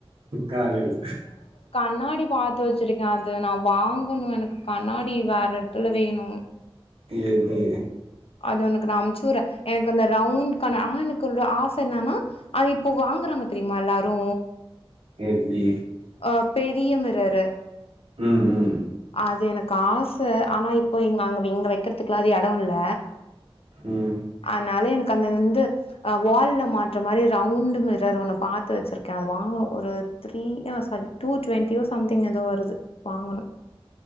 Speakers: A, on the right; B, on the left.
A: க்கா ஆணி அடி
B: முன்னாடி பா த்து வச்சிருக்கே அது நா வாங்கணு எனக்கு கண்ணாடி வேற எடத்துல வேணு
A: எப்டி
B: அது ஒனக்கு நா அம்ச்சுர்றே எனக்கு அந்த ரவுண்ட் கண் ஆனா எனக்கு ஒரு ஆச என்னன்னா அது இப்போ வாங்குறாங்க தெரிமா எல்லாரு
A: எப்டி
B: ஆ பெரிய மிரரு
A: ம் ம்
B: அது எனக்கு ஆச ஆனா இப்போ இங்க அங் இங்க வெக்கற்துக்லா அது எடோல்ல
A: ம்
B: ஆனால எனக்கு அந்த வந்து அ வால்ல மாட்ற மாரி ரவுண்ட்டு மிரர் ஒண்ணு பாத்து வச்சிருக்கே அது வாங்கணு ஒரு த்ரீ யா சாரி டூ டுவெண்ட்டியோ சம்திங் எதோ வருது வாங்கணு